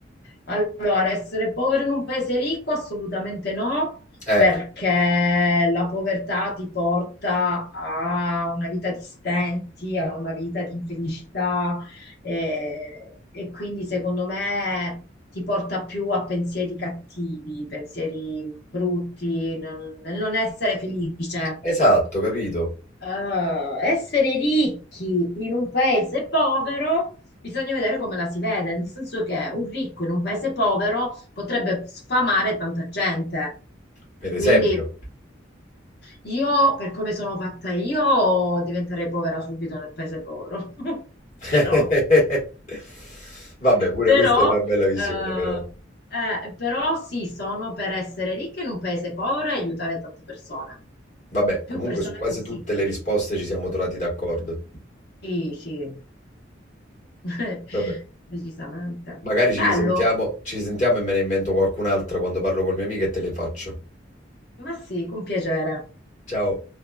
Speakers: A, on the left; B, on the left.
A: Allora, essere povero in un paese ricco? Assolutamente no,
B: Eh,
A: perché la povertà ti porta a una vita di stenti, a una vita di infelicità eh, e quindi secondo me ti porta più a pensieri cattivi, pensieri brutti, nel nel non essere felice
B: esatto, capito?
A: eh, essere ricchi in un paese povero, bisogna vedere come la si vede, nel senso che un ricco in un paese povero potrebbe sfamare tanta gente.
B: Per esempio.
A: Quindi io, per come sono fatta io, diventerei povera subito nel paese povero. <laughs>
B: <laughs>
A: Però,
B: Vabbè, pure
A: però,
B: questa è una bella visione,
A: eh,
B: però.
A: eh, però sì, sono per essere ricca in un paese povero e aiutare tante persone,
B: Vabbè,
A: più
B: comunque
A: persone
B: su quasi
A: possibili.
B: tutte le risposte ci siamo trovati d'accordo.
A: Sì, sì. <laughs>
B: Vabbè,
A: Decisamente.
B: magari
A: Bello,
B: ci risentiamo, ci risentiamo e me ne invento qualcun'altra quando parlo col mio amico e te le faccio.
A: ma sì, con piacere.
B: Ciao.